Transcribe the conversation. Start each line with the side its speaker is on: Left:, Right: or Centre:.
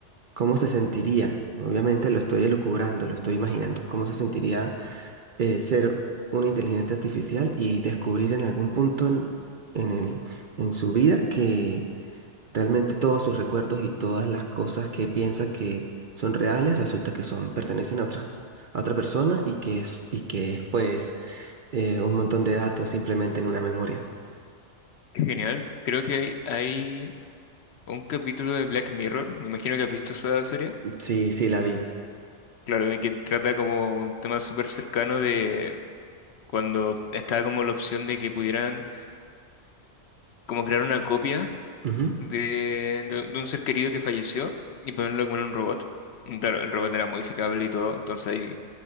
Right: cómo se sentiría. Obviamente lo estoy elucubrando, lo estoy imaginando, cómo se sentiría eh, ser una inteligencia artificial y descubrir en algún punto en, en el, en su vida que Realmente todos sus recuerdos y todas las cosas que piensa que son reales, resulta que son, pertenecen a otra, a otra persona y que es, y que es pues eh, un montón de datos simplemente en una memoria.
Left: Genial. Creo que hay, hay un capítulo de Black Mirror, me imagino que has visto esa serie.
Right: Sí, sí, la vi.
Left: Claro, de que trata como un tema súper cercano de cuando estaba como la opción de que pudieran como crear una copia
Right: Ujú.
Left: de, de- de un ser querido que falleció y ponerlo como en un robot. Y claro, el robot era modificable y todo, entonces ahí